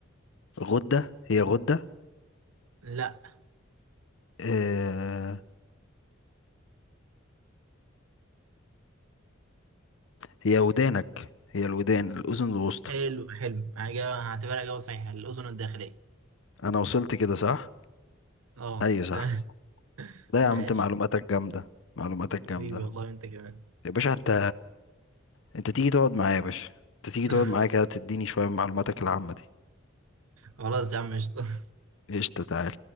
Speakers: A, on the left (about 65°); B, on the right (about 85°).
A: غدة هي غدة
B: لا
A: آه هي ودانك هي الودان الأذن الوسطى
B: حلو حلو اجابه هعتبرها اجابه صحيحه الاذن الداخليه
A: أنا وصلت كده صح؟
B: اه
A: أيوة صح
B: <laughs>
A: لا يا عم
B: عاش
A: أنت معلوماتك جامدة معلوماتك جامدة
B: حبيبي والله انت كمان
A: يا باشا أنت أنت تيجي تقعد معايا يا باشا أنت تيجي
B: <laughs>
A: تقعد معايا كده تديني شوية من معلوماتك العامة دي
B: خلاص يا عم قشطة.
A: قشطة تعالى